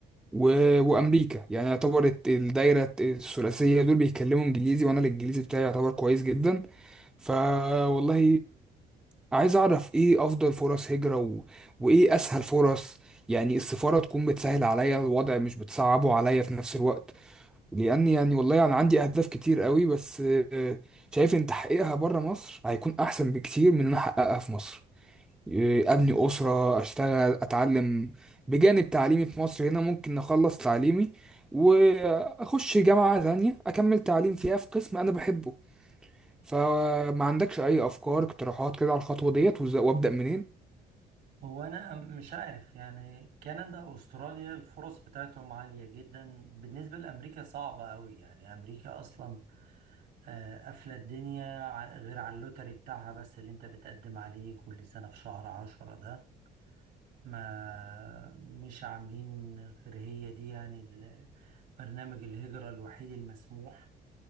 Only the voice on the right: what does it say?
هو انا مش عارف يعني كندا واستراليا الفرص بتاعتهم عالية جدا بالنسبة لامريكا صعبة قوي يعني امريكا اصلا آه، قافلة الدنيا ع- غير على اللوتري بتاعها بس اللي انت بتقدم عليه كل سنة في شهر عشرة ده ما مش عاملين غير هي دي يعني ال- برنامج الهجرة الوحيد المسموح